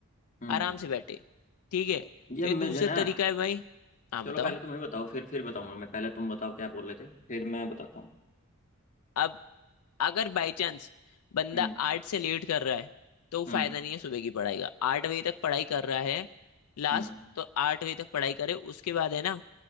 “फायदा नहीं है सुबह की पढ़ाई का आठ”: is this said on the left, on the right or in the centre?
Left